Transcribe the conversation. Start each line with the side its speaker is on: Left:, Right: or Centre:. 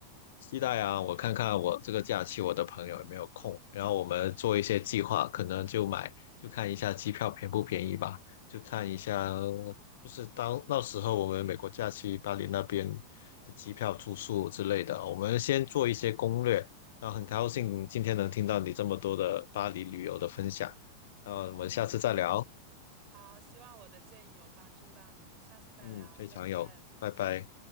Left: 期待啊！我看看我这个假期我的朋友有没有空，然后我们做一些计划，可能就买，就看一下机票便不便宜吧，就看一下，就是当那时候我们美国假期巴黎那边的机票、住宿之类的啊，我们先做一些攻略。然后很高兴今天能听到你这么多的巴黎旅游的分享，那我们下次再聊。
Right: 好，希望我的建议有帮助到你，下次再聊，
Left: 嗯，非常有，
Right: 再见。
Left: 拜拜。